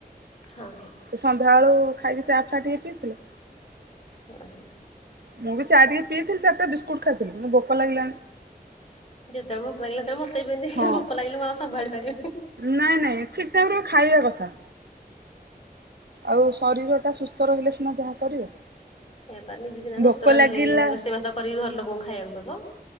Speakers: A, on the left; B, on the right.
A: ହଁ ହଁ।
B: ସନ୍ଧ୍ୟାବେଳୁ ଖାଇକି ଚା, ଫା, ଟିକେ ପିଇଥିଲେ।
A: ହଁ ହଁ।
B: ମୁଁ ବି ଚା ଟିକେ ପିଇଥିଲି, ଚାରିଟା ବିସ୍କୁଟ୍ ଖାଇଥିଲି, କିନ୍ତୁ ଭୋକ ଲାଗିଲାଣି।
A: ଯେତେବେଳେ ଭୋକ ଲାଗିଲା ସେତେ ମତେ ସେମିତି
B: ହଁ
A: ଭୋକ ଲାଗିଲେ ମୁଁ ଆଉ ସମ୍ଭାଳି ପାରିବିନି। ହୁଁ-
B: ନାଇଁ ନାଇଁ ଠିକ୍ ଟାଇମି ରେ ବି ଖାଇଆ କଥା। ଆଉ ଶରୀର ଟା ସୁସ୍ଥ ରହିଲେ ସିନା ଯାହା କରିବ।
A: ସେଇଆ ପା ନିଜେ ସିନା ସୁସ୍ଥ
B: ଭୋକ
A: ରହିଲେ
B: ଲାଗିଲା
A: ରୋଷେଇବାସ କରିକି ଘର ଲୋକଙ୍କୁ ଖାଇଆକୁ ଦବ।